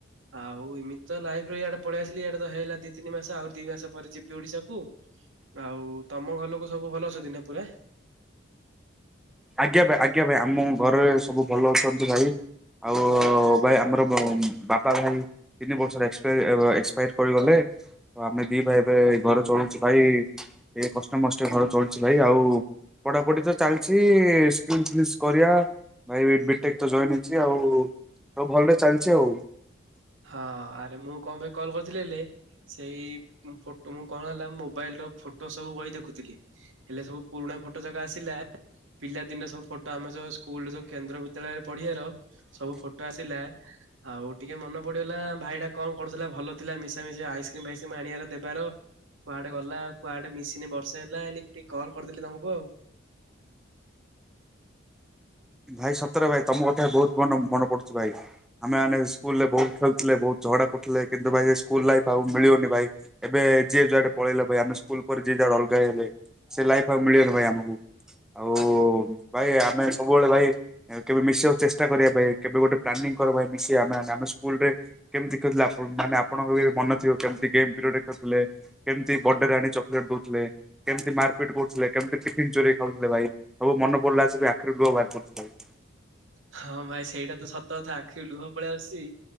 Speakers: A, on the right; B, in the centre.
A: ଆଉ ଏମିତି ତ ଲାଇଫ ର ଇଆଡେ ପଳେଇ ଆସିଲି ଇଡା ତ ହେଇଲା ଦି ତିନି ମାସ। ଆଉ ଦି ମାସ ପରେ ଯିବି ଓଡିଶାକୁ। ଆଉ ତମ ଘରଲକୁ ସବୁ ଭଲ ଅଛନ୍ତି ନା ପୁରା?
B: ଆଜ୍ଞା ଭାଇ ଆଜ୍ଞା ଭାଇ। ଆମ ଘରେ ସବୁ ଭଲ ଅଛନ୍ତି ଭାଇ। ଆଉ ଭାଇ ଆମର ବାପା ଭାଇ ତିନି ବର୍ଷରେ <unintelligible> ତ ଆମେ ଦି ଭାଇ ଏବେ ଘରେ ଚଳଉଛୁ ଭାଇ। ଏ କଷ୍ଟ ମଷ୍ଟେ ଘର ଚଳୁଛି ଭାଇ ଆଉ ପଢାପଢି ତ ଚାଲିଛି। <unintelligible> କରିବା ଭାଇେ ଜଏନ୍ ହେଇ ଆଉ। ସବ ଭଲରେ ଚାଲିଛି ଆଉ।
A: ହଁ ଆରେ ମୁଁ କଣ ପାଇଁ କଲ୍ କରିଥିଲି ହେଲେ ସେଇ ଫଟୋ ମୁଁ କଣ ହେଲା ମୋବାଇଲ ର ଫଟୋ ସବୁ କହିହି ଦେଖୁଥିଲି। ହେଲେ ସବୁ ପୁରୁଣା ଫଟୋ ଯାକ ଆସିଲା। ପିଲାଦିନ ସବୁ ଫଟୋ ଆମ ଯୋଉ ସ୍କୁଲ ଯୋଉ କେନ୍ଦ୍ର ବିଦ୍ୟାଳୟରେ ପଢିବାର ସବୁ ଫଟୋ ଆସିଲା ଆଉ ଟିକେ ମନ ପଡିଗଲା ଭାଇଟା କଣ କରୁଥିଲା ଭଲ ଥିଲା ମିଶା ମିଶା ଆଇସ୍କ୍ରିମ ଫାଇସକ୍ରିମ ଆଣିବାର ଦେବାର କୁଆଡେ ଗଲା କୁଆଡେ ମିଶିନେ ବର୍ଷ ହେଲା ହେଲି ଟିକେ କଲ୍ କରିଦେଲି ତମକୁ ଆଉ।
B: ଭାଇ ସତରେ ଭାଇ ତମ କଥା ବହୁତ ମନ ମନେ ପଡୁଛି ଭାଇ। ଆମେମାନେେ ସ୍କୁଲ ରେ ବହୁତ ଖେଳୁଥିଲେ, ବହୁତ ଝଗଡା କରୁଥିଲେ, କିନ୍ତୁ ଭାଇ ସେ ସ୍କୁଲ ଲାଇଫ୍ ଆଉ ମିଳିବନି ଭାଇ। ଏବେ ଯିଏ ଯାହାଆଡେ ପଳେଇଲା ଭାଇ ଆେ ସ୍କୁଲ ପରେ ଯିଏ ଯାଡେ ଅଲଗା ହେଲେ। ସେ ଲାଇଫ ମିଳିବନି ଭାଇ ଆମକୁ ଆଉ ଭାଇ ଆମେ ସବୁବେଳେ ଭାଇ। କେବେ ମିଶିବାକୁ ଚେଷ୍ଟା କରିବା ପାଇଁ କେବେ ଗୋଟେ ପ୍ଲାନିଂ ପାଇଁ ମିଶି ଆମେ ସ୍କୁଲରେ କେମିତି ଖେଲୁଥିଲେ ମାନ ଆପଣଙ୍କ ମନ ଥିବ କେମିତି ଗେମ୍ ପିରିୟ ରେ ଖେୁଥିଲେ। କେମିତି ବର୍ଡେରେ ଆଣି ଚକୋଲେଟ୍ ଦଉଥିଲେ। କେମିତି ମାରପିଟ କରୁଥିଲେ କେମିତି ଟିଫନ୍ ଚୋରିଇ ଖାଉଥିଲେ ଭାଇ ସବୁ ମନ ପଡିଲା ସେ ବି ଆଖିରୁ ଲୁହ ବାହାରି କରୁଥିଲେ ଭାଇ।
A: ହଁ ଭାଇ ସେଇଟା ତ ସତ କଥା ଆଖି ଲୁହ ପଳଆ ଆସୁଛି।